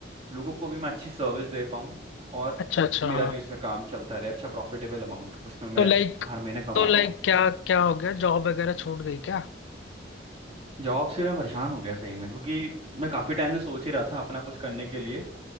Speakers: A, on the right; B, on the left.
A: लोगों को भी मैं अच्छी सर्विस दे पाऊँ और
B: अच्छा अच्छा
A: मेरा
B: हाँ
A: भी इसमें काम चलता रहे अच्छा प्रॉफिटेबल अमाउंट उसमें मैं
B: तो लाइक
A: हर महीने कमा
B: तो लाइक
A: पाऊँ
B: क्या क्या हो गया जॉब वगैरह छूट गई क्या
A: जॉब से मैं परेशान हो गया सही में क्योंकि मैं काफ़ी टाइम से सोच ही रहा था अपना कुछ करने के लिए